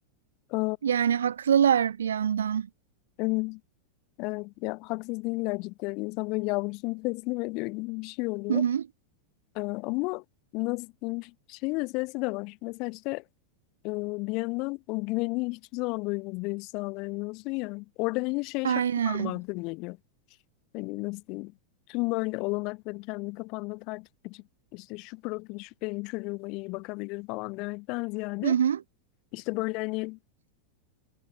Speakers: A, on the left (about 40°); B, on the right (about 65°).
A: Ee,
B: Yani haklılar bir yandan.
A: evet, evet ya haksız değiller cidden insan böyle yavrusunu teslim ediyor gibi bir şey oluyor
B: Hı hı.
A: Ee, ama nasıl diyeyim şeyin meselesi de var mesela işte Ee, Bir yandan o güveni hiçbir zaman böyle yüzde yüz sağlayamıyorsun ya. Orada hani şey
B: Aynen.
A: şartı var mantığı geliyor. Hani nasıl diyeyim? Tüm böyle olanakları kendi kafanda tartıp biçip işte şu profil şu benim çocuğuma iyi bakabilir falan demekten ziyade
B: Hı hı.
A: işte böyle hani